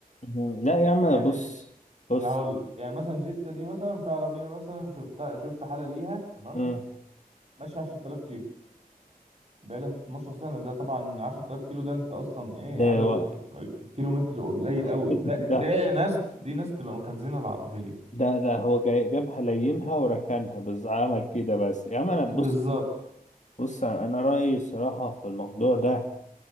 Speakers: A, on the left; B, on the right.
A: مم. لا يا عم
B: يعني
A: بص
B: إيه
A: بص
B: أنا هقول لك يعني مثلا جيتا دي مثلا في عربية مثلا شفتها شفت حالة ليها تمام
A: مم.
B: ماشية 10000 كيلو بقالها 12 سنة ده طبعا 10000 كيلو ده انت اصلا ايه
A: ده
B: عدد
A: وقت
B: كيلو متر قليل قوي
A: <laughs>
B: ده ده ناس دي ناس بتبقى مخزنة العربية
A: ده ده هو جاي جابها لينها وركنها بس عمل كده بس يا عم انا بص
B: بالظبط
A: بص انا رأيي الصراحة في الموضوع ده